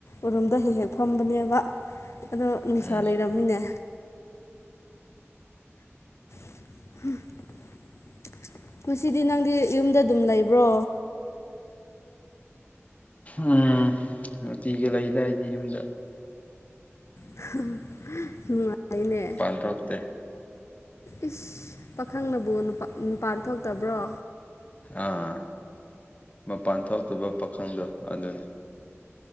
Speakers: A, on the left (about 65°); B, on the left (about 30°).
A: ꯎꯔꯨꯝꯗ ꯍꯦꯛ ꯍꯦꯛ ꯐꯝꯕꯅꯦꯕ ꯑꯗꯣ ꯅꯨꯡꯁꯥ
B: ꯎꯝ
A: ꯂꯩꯔꯝꯃꯤꯅꯦ <unintelligible> ꯉꯁꯤꯗꯤ ꯅꯪꯗꯤ ꯌꯨꯝꯗ ꯑꯗꯨꯝ ꯂꯩꯕ꯭ꯔꯣ
B: ꯎꯝ ꯅꯨꯡꯇꯤꯒꯤ ꯂꯩꯗ ꯑꯩꯗꯤ ꯌꯨꯝꯗ
A: <unintelligible> ꯅꯨꯡꯉꯥꯏꯅꯦ
B: <unintelligible>
A: ꯏꯁ ꯄꯥꯈꯪꯅꯕꯨ ꯅꯨꯄꯥ ꯅꯨꯄꯥꯟ ꯊꯣꯛꯇꯕ꯭ꯔꯣ
B: ꯑꯥ ꯃꯄꯥꯟ ꯊꯣꯛꯇꯕ ꯄꯥꯈꯪꯗꯣ ꯑꯗꯨꯅꯤ